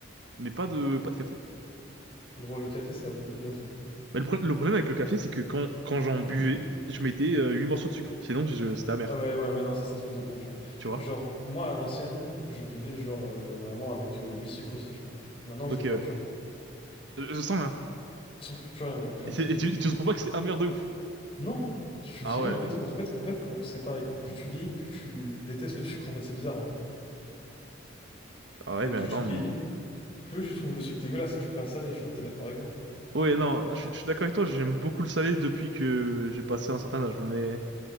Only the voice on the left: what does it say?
Gros, le café, ça a beaucoup de bienfaits.
<clears throat>
Ah mais ouais, mais non, ça c'est un truc de con, tu vois.
Genre, moi, à l'ancienne, je buvais genre euh, vraiment avec euh, 8 sucres aussi, tu vois. Maintenant,
je le bois
pur.
Sans plus, plus rien, gros, plus rien,
c'est
fini.
Non! Je suis
vieilli,
en fait, quand- en fait, en fait quand- c'est pareil, quand plus tu vieillis, plus tu détestes le sucre, en fait, c'est bizarre, hein.
Mais
plus
tu vieillis,
plus tu trouves le sucre dégueulasse et tu préfères le salé, tu vois, t'es d'accord avec moi?